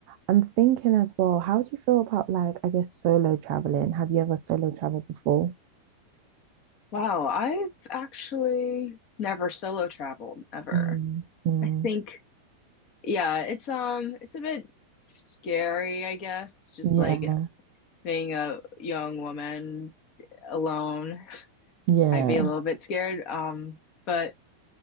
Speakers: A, on the right (about 45°); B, on the left (about 40°).
A: I'm thinking as well. How do you feel about like I guess solo traveling? Have you ever solo traveled before?
B: Wow, I've actually never solo traveled ever.
A: Mm, mm,
B: I think, yeah, it's um, it's a bit scary, I guess, just
A: yeah,
B: like being a young woman alone. <laughs>
A: yeah,
B: I'd be a little bit scared. Um, but